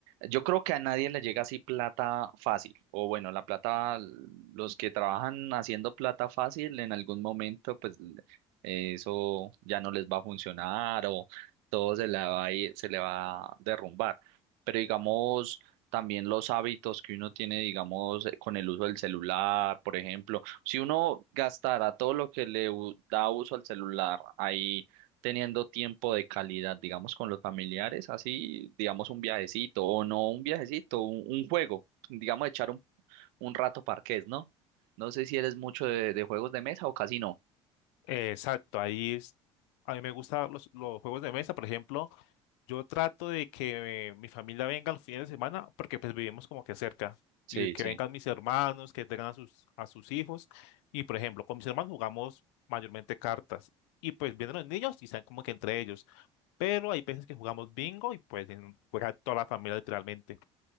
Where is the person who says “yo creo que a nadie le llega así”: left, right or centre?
Right